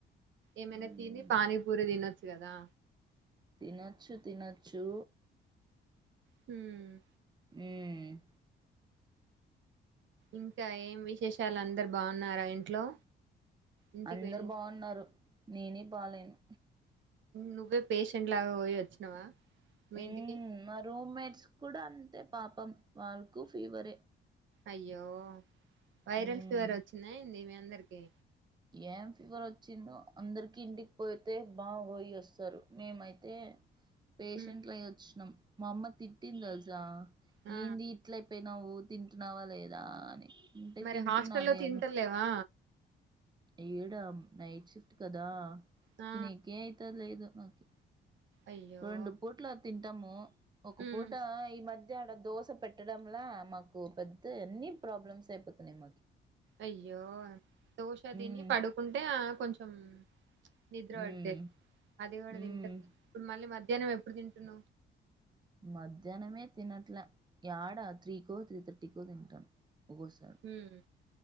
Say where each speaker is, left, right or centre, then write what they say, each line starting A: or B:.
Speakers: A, on the right; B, on the right.
A: ఏమైన
B: హ్మ్
A: తిని పాని పూర దినచ్చ కదా
B: తినొచ్చు తినొచ్చు
A: హ్మ్
B: ఎ
A: ఇంకా ఏం విశేషాలు అందరు బాగున్నారా ఇంట్లో ఇంటికి
B: అందరు
A: పోయిన
B: బాగున్నారు నేనే బాలేను
A: నువ్వే పేషెంట్ లాగా పోయి వచ్చినవా మీ
B: మ్మ్
A: ఇంటికి
B: మా రూమ్మేట్స్ కూడా అంతే పాపం వాళ్ళకు ఫీవరే
A: అయ్యో వైరల్
B: మ్మ్
A: ఫీవర్ వచ్చిందా ఏంటి మీ అందరికి అందరికే
B: ఏం ఫీవర్ వచ్చిందో అందరికి ఇంటికి పోతే బాగా పోయి వస్తారు మేమైతే పేషెంట్లు
A: ఉమ్,
B: అయి వచ్చినాం మా అమ్మ తిట్టిందేలుసా
A: ఆ
B: ఏందీ ఇట్ల పోయినావు తింటున్నావా లేదా అని అంటే
A: మరి
B: తింటున్నాాలెను
A: హాస్టల్లో తింటలేవా
B: ఈడా నైట్ షిఫ్ట్ కదా
A: ఆ
B: తినకే యితల ఇదు ఓకే
A: అయ్యో
B: రొండు పుట్ల తిన్ తమో ఒక
A: ఉమ్
B: పూట ఈ మధ్య అ ఆడ దోస పెట్టడంలా మాకు పెద్ద ఎన్ని ప్రాబ్లమ్స్ అయిపోతున్నాయి మాకి
A: అయ్యో దోశ
B: మ్మ్
A: దిని పడుకుంటే ఆ కొంచం నిద్ర
B: మ్మ్
A: పట్టది అది కూడా
B: మ్మ్
A: తింటారు ఇప్పుడు మళ్ళీ మధ్యాహ్నం ఎప్పుడు తింట కుుట్న
B: మధ్యాహ్నమే తినట్లే ఏడా త్రీకో త్రీ థర్టీకో తింటాను ఒకక సార్
A: ఉమ్